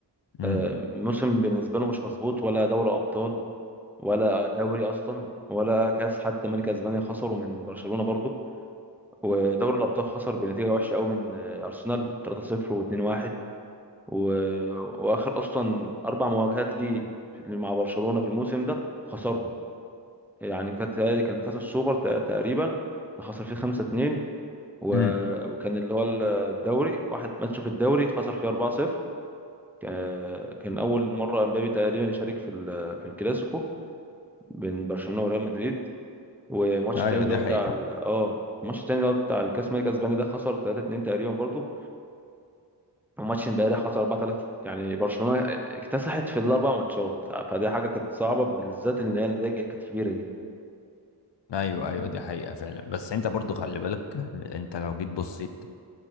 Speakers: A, on the left (about 80°); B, in the centre.
A: امم
B: آه، موسم بالنسبه له مش مظبوط ولا دوري ابطال ولا دوري اصلا ولا كاس حتى ملك اسبانيا خسروا من برشلونه برضه ودوري الابطال خسر بنتيجه وحشه قوي من آه، ارسنال 3-0 و2-1 و... واخر اصلا اربع مواجهات ليه في- مع برشلونه في الموسم ده خسرهم يعني كانت تهيألي كان كاس السوبر تق- تقريبا اللي خسر فيه 5 2 و...
A: امم
B: وكان اللي هو الدوري واحد ماتش في الدوري خسر فيه 4 0 كا- كان اول مره امبابي تقريبا يشارك في ال... في الكلاسيكو بين برشلونه وريال مدريد وماتش
A: ايوه
B: تاني اللي
A: دي
B: هو
A: حقيقة
B: بتاع ال... اه الماتش التاني اللي هو بتاع الكاس الملك الاسباني ده خسر 3 2 تقريبا برضه وماتش امبارح خسر 4 3 يعني برشلونة اكتسحت في الاربع ماتشات فدي حاجة كانت صعبة بالذات ان هي النتائج كانت كبيرة دي
A: ايوه ايوه دي حقيقة فعلا بس انت برضو خلي بالك انت لو جيت بصيت